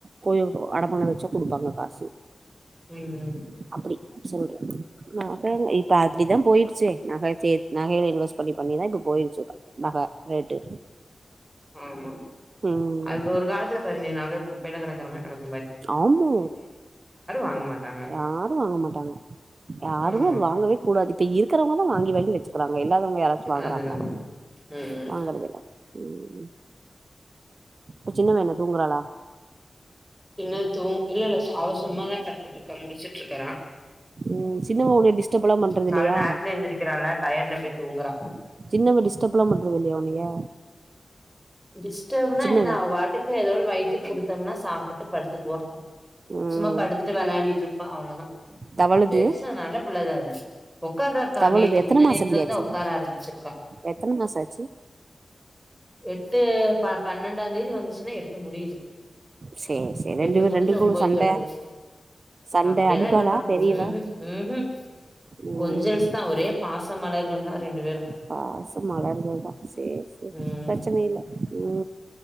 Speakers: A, on the right; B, in the centre.
A: போயோ அடமானம் வச்சோ குடுப்பாங்க காசு
B: ம்
A: அப்டி சொல்றேன் நகங்க இப்ப அப்டிதான் போயிருச்சு நகை சே நகையில இன்வெஸ்ட் பண்ணி பண்ணிதான் இப்ப போயிருச்சு நகை ரேட்டு
B: ஆமா
A: ம்
B: அது ஒரு காலத்துல பதினீனாக குப்பைல கடக்கறமாரி கடக்
A: ஆமா
B: வாங்க மாட்டாங்க
A: யாரும் வாங்க மாட்டாங்க யாருமே
B: ஆமா
A: அது வாங்கவே கூடாது இப்ப இருக்கிறவங்க தான் வாங்கி வாங்கி வச்சி கிறாங்க இல்லாதவங்க யாராச்சும் வாங்கறாங்கள
B: அதுதா ம்
A: வாங்கறதுல்ல ம் இப்ப சின்னவ என்னா தூங்கறாளா
B: சின்னது தூங் இல்ல இல்ல அவ சும்மாதா படுத்துட்டு இருக்கா முளிச்சிட்டு இருக்கறா
A: உம் சின்ன மொவ உன்னிய டிஸ்டர்பலாம் பண்றது
B: கால
A: இல்லையா
B: நேரத்துல எந்திரிக்கிறால டயர்ட்ல அப்டியே தூங்குறா
A: சின்னவ டிஸ்டர்ப்லாம் பண்றது இல்லையா உன்னைய
B: டிஸ்டப்னா
A: சின்னவ
B: என்ன அவ பாட்டுக்கு எதோ ஒன்னு வயித்துக் குடுத்தோம்னா சாப் போட்டு படுத்துக்குவ
A: ம்
B: சும்மா படுத்துட்டு விளையாடிட்டு இருப்பா அவ்வளதா
A: தவழுது
B: பெருசா நல்ல பிள்ளதா அது உட்காரறாக்கா
A: தவழுது
B: நேத்து
A: எத்தன
B: முந்தா
A: மாசண்டி
B: நேத்துல இருந்தா
A: ஆச்சு
B: உக்கார ஆரம்பிச்சிருக்கா
A: எத்தன மாச ஆச்சு
B: எட் ட்டு பன்னெண்டா தேதி வந்து ச்சினா எட்டு முடியுது
A: சேரி சேரி ரெண்டு
B: எட்டு
A: பேர்
B: முடிஞ்சு
A: ரெண்டுக்குள்ள
B: ஒன்பது
A: சண்ட
B: தொடங்குது
A: சண்ட
B: அப்படியெல்லா
A: அடிப்பாளா
B: இல்லக்கா
A: பெரியவ
B: உஹு உஹு
A: ம்
B: கொஞ்சல்ஸ் தா ஒரே பாச மலர்கள் <unintelligible> தா ரெண்டு பேரு
A: பாச மலர்கள் தா சேரி சேரி
B: ம்
A: பிரச்சன இல்ல உ